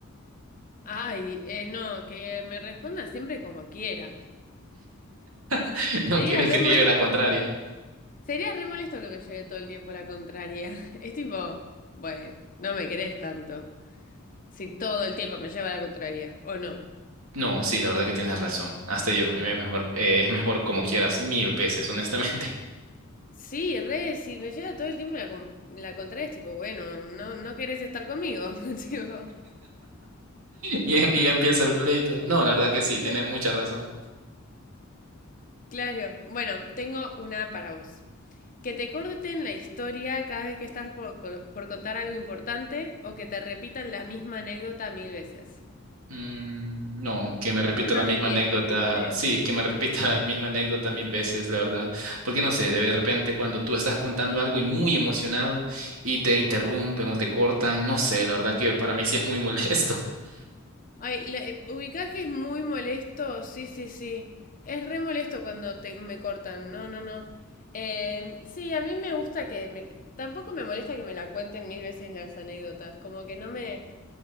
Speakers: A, on the left; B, on the right.
A: Ay, eh, no, que me responda siempre como quieras.
B: <laughs> ¿No
A: Sería
B: quieres
A: re
B: que te
A: molesto.
B: lleve la contraria?
A: Sería re molesto que me lleve todo el tiempo la contraria. <laughs> Es tipo, bueno, no me querés tanto. Si todo el tiempo me lleva la contraria, ¿o no?
B: No, sí, la verdad que tienes razón. Hasta yo, es mejor, eh, es mejor como quieras, mil veces, honestamente. <laughs>
A: Sí, re, si me lleva todo el tiempo la, con- la contraria, es tipo, bueno, no, no querés estar conmigo. <laughs> Tipo,
B: Y, em- y ya empieza el pleito. No, la verdad que sí, tienes
A: ah,
B: mucha razón.
A: Claro, bueno, tengo una para vos. Que te corten la historia cada vez que estás por, co- por contar algo importante o que te repitan la misma anécdota mil veces.
B: Mm, No, que me
A: Esto
B: repita
A: es más
B: la misma
A: de viejos,
B: anécdota.
A: ¿viste?
B: Sí, que me <laughs> repita la misma anécdota mil veces, la verdad. Porque no sé, de repente cuando tú estás contando algo y muy emocionado y te interrumpen o te cortan, no sé, la verdad que para mí sí es muy molesto. <laughs>
A: Ay, le- ¿ubicás que es muy molesto? Sí, sí, sí. Es re molesto cuando te, me cortan. No, no, no. Eh, sí, a mí me gusta que me... Tampoco me molesta que me la cuenten mil veces las anécdotas. Como que no me...